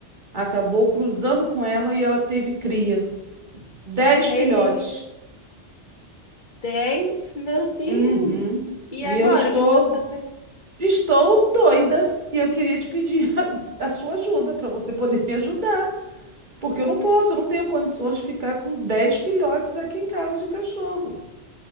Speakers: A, on the right (about 40°); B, on the left (about 40°).
A: acabou cruzando com ela e ela teve cria. Dez
B: Me...
A: filhotes.
B: Dez? Meu Deus!
A: Uhum.
B: E
A: E
B: agora,
A: eu estou,
B: o que que você vai fazer?
A: estou doida. E eu queria te pedir <laughs> a, a sua ajuda para você poder me ajudar. Porque eu não posso, eu não tenho condições de ficar com 10 filhotes aqui em casa de cachorro.